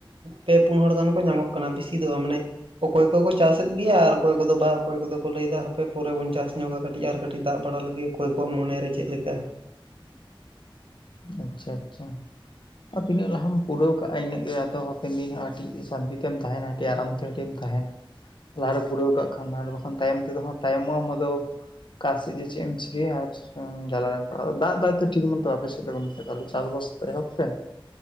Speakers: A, on the right; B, on the left.
A: ᱯᱮ ᱯᱩᱱ ᱦᱚᱲ ᱜᱟᱱ ᱠᱚ ᱧᱟᱢᱚᱜ ᱠᱟᱱᱟ ᱾ ᱠᱟᱱᱟ ᱵᱮᱥᱤ ᱫᱚ ᱢᱟᱱᱮ ᱚᱠᱚᱭ ᱠᱚᱠᱚ ᱪᱟᱥᱮᱫ ᱜᱮᱭᱟ ᱟᱨ ᱼᱼ ᱚᱠᱚᱭ ᱠᱚᱫᱚ ᱵᱟ ᱚᱠᱚᱭ ᱠᱚᱫᱚ ᱠᱚ ᱞᱟᱹᱭ ᱫᱟ ᱦᱟᱯᱮ ᱯᱚᱨᱮ ᱵᱚᱱ ᱪᱟᱥ ᱧᱚᱜᱟ ᱠᱟᱹᱴᱤᱡ ᱟᱨ ᱠᱟᱹᱴᱤᱡ ᱫᱟᱜ ᱵᱟᱲᱟ ᱞᱮᱜᱤ ᱚᱠᱚᱭ ᱠᱚᱣᱟᱜ ᱢᱚᱱᱮᱨᱮ ᱪᱮᱫ ᱞᱮᱠᱟ ᱾
B: ᱟᱪᱪᱷᱟ ᱟᱪᱪᱷᱟ ᱟᱨ ᱛᱤᱱᱟᱹᱜ ᱞᱟᱦᱟᱢ ᱯᱩᱨᱟᱹᱣ ᱠᱟᱜ-ᱟ ᱤᱱᱟᱹᱜ ᱜᱮ ᱟᱫᱚ ᱦᱟᱯᱮᱱ ᱫᱤᱱ ᱠᱟᱴᱤᱡ ᱥᱟᱱᱛᱤ ᱛᱮᱢ ᱛᱟᱦᱮᱱᱟ ᱟᱨᱟᱢ ᱛᱮᱢ ᱛᱟᱦᱮᱱᱟ ᱾ ᱛᱟᱦᱮᱱᱟ ᱞᱟᱦᱟᱨᱮ ᱯᱩᱨᱟᱹᱣ ᱠᱟᱜ ᱠᱷᱟᱱ ᱟᱨ ᱵᱟᱠᱷᱟᱱ ᱛᱟᱭᱚᱢ ᱛᱮᱫᱚ ᱦᱟᱸᱜ ᱛᱟᱭᱚᱢᱚᱜ ᱟᱢ ᱟᱫᱚ ᱾ ᱚᱠᱟ ᱥᱮᱫ ᱡᱮ ᱪᱮᱫ ᱮᱢ ᱪᱤᱠᱟᱹᱭᱟ ᱟᱨ ᱡᱟᱞᱟ ᱨᱮᱢ ᱯᱟᱲᱟᱜ-ᱟ, ᱫᱟᱜ ᱫᱟᱭ ᱛᱚ ᱴᱷᱤᱠ ᱢᱚᱛᱚ ᱟᱯᱮ ᱥᱮᱫ ᱫᱚ ᱜᱚᱢ ᱼᱼ ᱛᱟᱦᱞᱮ ᱪᱟᱥᱵᱟᱥ ᱛᱮ ᱮᱦᱚᱵ ᱯᱮ ᱾